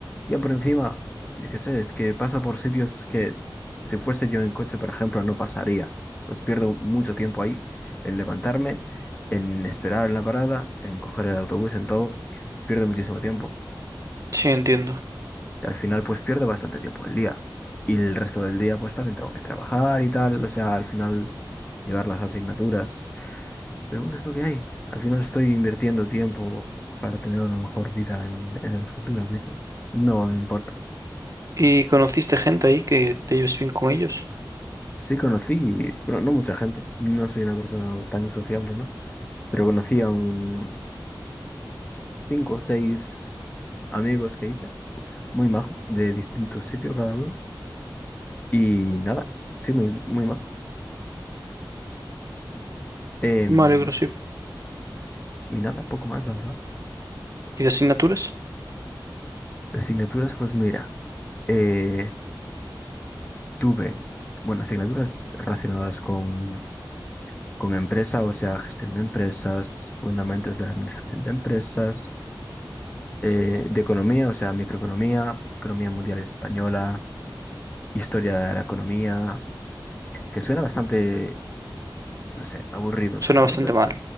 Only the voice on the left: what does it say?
Y por encima, yo qué sé, es que pasa por sitios que si fuese yo en coche, por ejemplo, no pasaría. Pues pierdo mucho tiempo ahí en levantarme, en esperar en la parada, en coger el autobús, en todo. Pierdo muchísimo tiempo.
Y al final pues pierdo bastante tiempo del día. Y el resto del día pues también tengo que trabajar y tal. O sea, al final llevar las asignaturas. Pero bueno, es lo que hay. Al final estoy invirtiendo tiempo para tener una mejor vida en, en el futuro, así que no me importa.
Sí conocí, bueno, no mucha gente. No soy una persona tan sociable, ¿no? Pero conocí a un cinco o seis amigos que hice, muy majos, de distintos sitios cada uno. Y nada, sí, muy, muy majos. Em,
Y nada, poco más, la verdad.
Asignaturas, pues mira, eh, tuve, bueno, asignaturas relacionadas con, con empresa, o sea, gestión de empresas, fundamentos de la administración de empresas, eh, de economía, o sea, microeconomía, economía mundial española, historia de la economía, que suena bastante, no sé, aburrido
todo,
¿no? Pero,
o